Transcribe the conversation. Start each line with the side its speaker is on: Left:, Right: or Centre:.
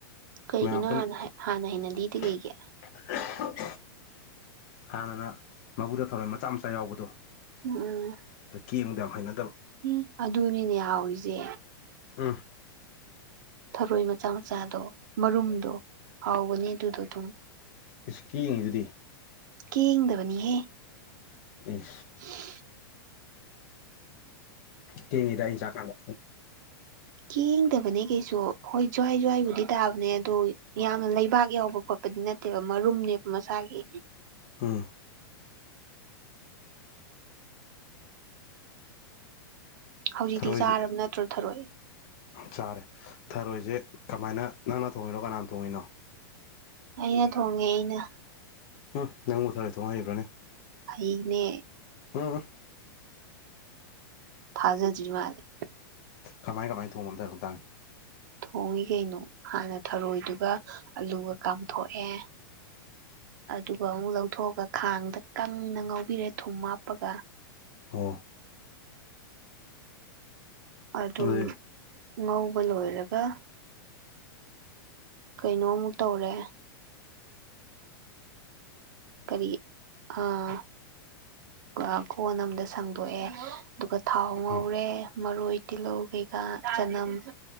Right: ꯀꯩꯒꯤꯅꯣ
Left: ꯃꯌꯥꯝ ꯄꯨꯟꯅ꯫
Right: ꯍꯥꯟꯅ
Left: <unintelligible>
Right: ꯍꯥꯟꯅ ꯍꯩꯅꯗꯤꯗꯤ ꯀꯩꯒꯤ
Left: ꯍꯥꯟꯅꯅ ꯃꯕꯨꯗ ꯊꯧꯔꯣꯏ ꯃꯆꯥ ꯃꯆꯥ ꯌꯥꯎꯕꯗꯣ꯫
Right: ꯎꯝ꯫
Left: ꯀꯦꯡꯗ ꯌꯥꯝ ꯍꯩꯅꯗꯕ
Right: ꯎ ꯑꯗꯨꯅꯤꯅꯦ ꯌꯥꯎꯔꯤꯁꯦ꯫
Left: ꯎꯝ꯫
Right: ꯊꯔꯣꯏ ꯃꯆꯥ ꯃꯆꯥꯗꯣ ꯃꯔꯨꯝꯗꯣ ꯍꯥꯎꯕꯅꯤ ꯑꯗꯨꯗꯣ ꯑꯗꯨꯝ꯫
Left: ꯏꯁ ꯀꯦꯡꯏꯗꯨꯗꯤ꯫
Right: ꯀꯦꯡꯗꯕꯅꯤꯍꯦ꯫
Left: ꯎꯝ꯫
Right: <unintelligible>
Left: ꯀꯦꯡꯏꯗ ꯑꯩ ꯆꯀꯥꯟꯗ꯫
Right: ꯀꯦꯡꯗꯕꯅꯦ ꯀꯩꯁꯨ ꯍꯣꯏ ꯖ꯭ꯋꯥꯏ ꯖ꯭ꯋꯥꯏꯕꯨꯗꯤ ꯇꯥꯕꯅꯦ ꯑꯗꯣ ꯌꯥꯝꯅ ꯂꯩꯕꯥꯛ ꯌꯥꯎꯕ ꯈꯣꯠꯄ꯫ ꯗꯤ ꯅꯠꯇꯦꯕ ꯃꯔꯨꯝꯅꯦꯕ ꯃꯁꯥꯒꯤ꯫
Left: ꯎꯝ꯫
Right: ꯍꯧꯖꯤꯛꯇꯤ
Left: ꯊꯔꯣꯏꯁꯦ
Right: ꯆꯥꯔꯕ ꯅꯠꯇ꯭ꯔꯣ ꯊꯔꯣꯏ꯫
Left: ꯆꯥꯔꯦ ꯊꯔꯣꯏꯁꯦ ꯀꯃꯥꯏꯅ ꯅꯪꯅ ꯊꯣꯡꯉꯤꯅꯣ ꯀꯅꯥꯅ ꯊꯣꯡꯉꯤꯅꯣ꯫
Right: ꯑꯩꯅ ꯊꯣꯡꯉꯦ ꯑꯩꯅ꯫
Left: ꯎꯝ ꯅꯪꯕꯨ ꯊꯥꯔꯣꯏ ꯊꯣꯡ ꯍꯩꯕ꯭ꯔꯥꯅꯦ꯫
Right: ꯍꯩꯅꯦ꯫
Left: ꯑꯥ꯫
Right: ꯊꯖꯗꯔ꯭ꯤ ꯃꯥꯂꯦ꯫
Left: ꯀꯃꯥꯏ ꯀꯃꯥꯏꯅ ꯊꯣꯡꯕ ꯑꯃ ꯇꯧꯔꯣꯝ ꯇꯥꯡ꯫
Right: ꯊꯣꯡꯉꯤ ꯀꯩꯅꯣ ꯍꯥꯟꯅ ꯊꯔꯣꯏꯗꯨꯒ ꯑꯂꯨꯒ ꯀꯥꯝꯊꯣꯛꯑꯦ꯫ ꯑꯗꯨꯒ ꯑꯃꯨꯛ ꯂꯧꯊꯣꯛꯑꯒ ꯈꯥꯡꯗ ꯀꯪꯅ ꯉꯧꯕꯤꯔꯦ ꯊꯨꯝ ꯍꯥꯞꯄꯒ꯫
Left: ꯑꯣ꯫
Right: ꯑꯗꯨ꯫
Left: ꯑꯗꯨꯗꯤ
Right: ꯉꯧꯕ ꯂꯣꯏꯔꯒ ꯀꯩꯅꯣꯃꯨꯛ ꯇꯧꯔꯦ꯫ ꯀꯔꯤ ꯑꯥ꯫ ꯑꯥ ꯀꯣꯟ ꯑꯝꯗ ꯁꯪꯗꯣꯛꯑꯦ ꯑꯗꯨꯒ ꯊꯥꯎ ꯉꯧꯔꯦ
Left: ꯎꯝ
Right: ꯃꯔꯣꯏ ꯇꯤꯜꯍꯧ꯫ ꯀꯩꯀꯥ ꯆꯅꯝ